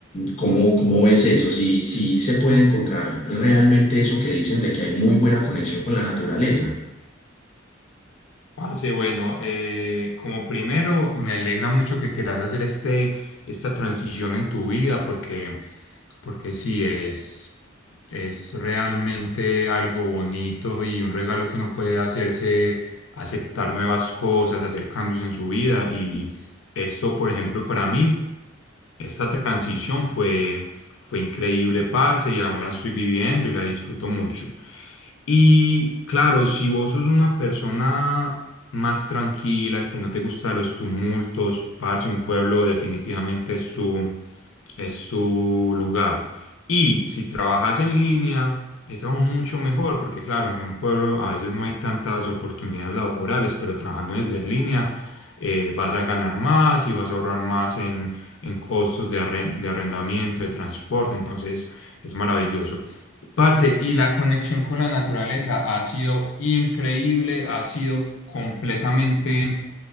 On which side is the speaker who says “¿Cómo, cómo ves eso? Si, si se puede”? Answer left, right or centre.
Left